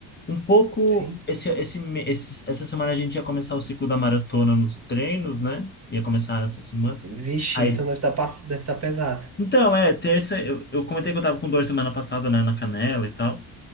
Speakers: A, on the left (about 20°); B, on the right (about 30°).
A: Um pouco,
B: sim.
A: esse, esse, me- esse- essa semana a gente ia começar o ciclo da maratona nos treinos, né? Ia começar essa semana.
B: Vixe,
A: Aí,
B: então deve estar pass... deve tá pesado.
A: então, é, terça, eu, eu comentei que eu tava com dor semana passada, né, na canela e tal.